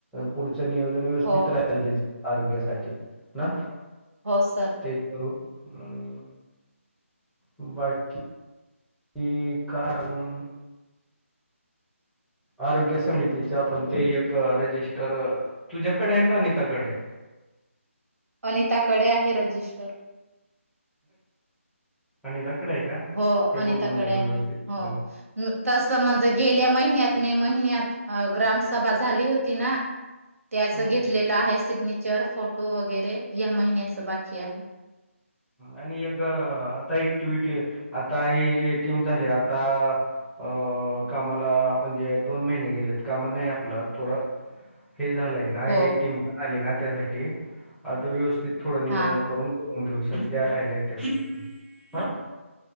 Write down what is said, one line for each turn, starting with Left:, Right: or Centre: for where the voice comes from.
Centre: पुढ नियोजन व्यवस्थित
Right: हो
Centre: राल त्या आरोग्यासाठी ना
Right: हो सर
Centre: ते करू आणि बाकी कि कायम आरोग्य समितीचे आपण ते एक रजिस्टर तुझ्याकडे आहे का अनिताकडे?
Right: अनिताकडे आहे रजिस्टर,
Centre: अनिताकडे का? आहे
Right: हो
Centre: ते
Right: अनिताकडे
Centre: बघून घेऊ
Right: आहे.
Centre: व्यवस्थित.
Right: हो
Centre: हम्म
Right: तसं म्हणजे गेल्या महिन्यात मे महिन्यात ग्रामसभा झाली होती ना, त्याच
Centre: हम्म.
Right: घेतलेलं आहे सिग्नेचर फोटो वगैरे या महिन्याच बाकी आहे.
Centre: आणि एक आता अँक्टिव्हिटी आता ही जे टीम झाली आता, अ कामाला म्हणजे दोन महिने गेलेत काम नाही आपलं थोडं, हे झालंय, नाही
Right: हो
Centre: टीम पण आली ना त्यासाठी आता व्यवस्थित थोड नियोजन
Right: हा
Centre: करून करून घेऊ, सज्या राहिल्या त्या गष्ट हा